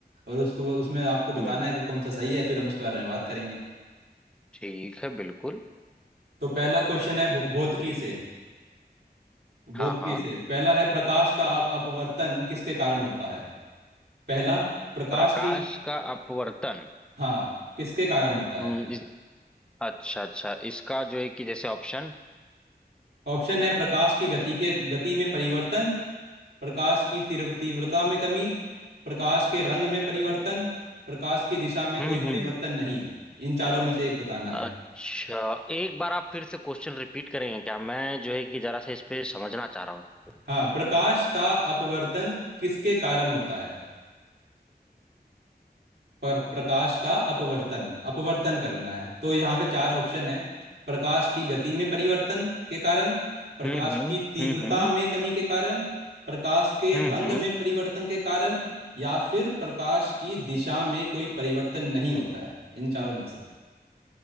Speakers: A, on the right (about 70°); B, in the centre.
A: और उसको उसमें आपको बताना
B: हम्म,
A: है कि कौन सा सही है फिर हम उसके बारे में बात करेंगे
B: ठीक है बिल्कुल
A: तो पहला क्वेश्चन है भौ- भौतिकी से भौतिकी
B: हाँ हाँ
A: से पहला है प्रकाश का अप- अपवर्तन किसके कारण होता है पहला प्रकाश
B: प्रकाश
A: की
B: का अपवर्तन
A: हाँ किसके कारण होता
B: हम्म
A: है
B: इस, अच्छा अच्छा इसका जो है कि जैसे ऑप्शन
A: ऑप्शन है प्रकाश की गति के गति में परिवर्तन प्रकाश की तीव्र तीव्रता में कमी प्रकाश के रंग में परिवर्तन प्रकाश की दिशा में कोई
B: हम्म
A: परिवर्तन
B: हम्म
A: नहीं इन चारों में से एक बताना है
B: अच्छा एक बार आप फिर से क्वेश्चन रिपीट करेंगे क्या मैं जो है कि जरा सा इस पे समझना चाह रहा हूँ
A: हाँ प्रकाश का अपवर्तन किसके कारण होता है पर प्रकाश का अपवर्तन अपवर्तन करना है तो यहाँ पे चार ऑप्शन है प्रकाश की गति में परिवर्तन के कारण प्रकाश
B: हम्म हम्म
A: की तीव्रता
B: हम्म
A: में कमी के कारण प्रकाश के
B: हम्म
A: रंग
B: हम्म।
A: में परिवर्तन के कारण या फिर प्रकाश की दिशा में कोई परिवर्तन नहीं होता है इन चारों में से